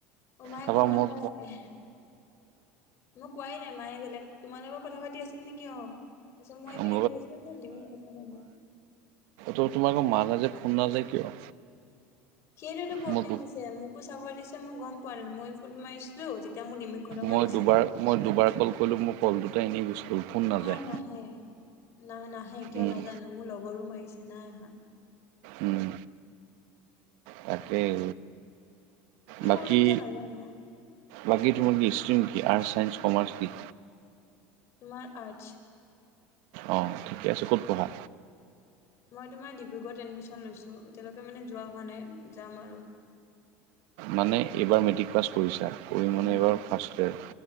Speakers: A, on the left (about 50°); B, on the right (about 75°).
A: অঁ, মায়ে
B: তাৰপৰা
A: গম নাপায়।
B: মোৰ
A: মোক কোৱাই নাই মায়ে বেলেগ তোমাৰ লগত কথা পাতি আছিল নেকি অ', তাৰপিছত মই ইপিনে
B: মোৰ
A: কৈ আছিলো যে লিমিট খটম হ'ব
B: তোমালোকৰ মা লেযে ফ'ন নাযায় কিয়?
A: সেইটো প্ৰব্লেম
B: মই
A: হৈছে মোকো চাব দিছে মই গম পোৱা নাই মই ফোন মাৰিছিলো যেতিয়া মোৰ নিমিখ ঘমমান
B: মই
A: নাছিলে,
B: দুবাৰ মই দুবাৰ কল কৰিলো মোৰ কলটা এনেই গৈচি গ'ল। ফোন নাযায়
A: নাই নাহে নাই নাহে কিয়
B: উম
A: নাজানো মোৰ লগৰো মাৰিছে নাই অহ।
B: উম, তাকেই।
A: কি
B: বাকী
A: প্ৰব্লেম হৈছে নাজানো
B: লাগি তোম কি ষ্ট্ৰ্ম কি আৰ্ট ছাইেন্ঞ্চ কমাৰ্চ কি?
A: তোমাৰ আৰ্টছ।
B: অ, ঠিকে আছে, ক'ত পঢ়া?
A: মই তোমাৰ ডিব্ৰুগড়ত এডমিশ্যন লৈছোঁ এতিয়ালৈকে মানে যোৱা হোৱা নাই যাম আৰু।
B: মানে এইবাৰ মেট্ৰিক পাছ কৰিছা? পৰিানে
A: উম
B: এইবাৰ first year